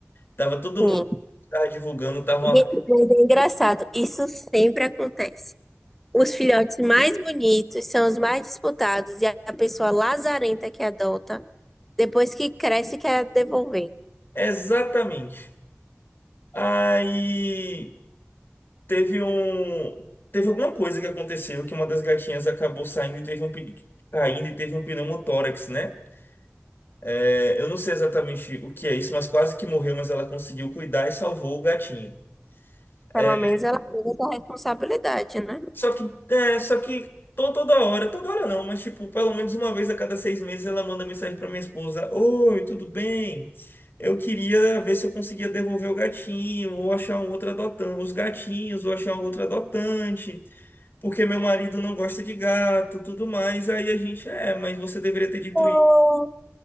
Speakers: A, on the left (about 50°); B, in the centre.
A: Tava todo
B: Sim.
A: mundo que tava divulgando, estavam
B: Gente,
A: atrás.
B: mas é engraçado, isso sempre acontece. Os filhotes mais bonitos são os mais disputados e a pessoa lazarenta que adota, depois que cresce, quer devolver.
A: Exatamente. Aí teve um. Teve alguma coisa que aconteceu que uma das gatinhas acabou saindo e teve um pe- caindo e teve um pneumotórax, né? É, eu não sei exatamente o que é isso, mas quase que morreu, mas ela conseguiu cuidar e salvou o gatinho.
B: Pelo
A: É,
B: menos ela tem essa responsabilidade, né?
A: Só que, é, só que to- toda hora, toda hora não, mas tipo, pelo menos uma vez a cada seis meses ela manda mensagem pra minha esposa: Oi, tudo bem? Eu queria ver se eu conseguia devolver o gatinho, ou achar um outro adotante, os gatinhos, ou achar um outro adotante, porque meu marido não gosta de gato, tudo mais. Aí a gente, é, mas você deveria ter dito
B: Ô,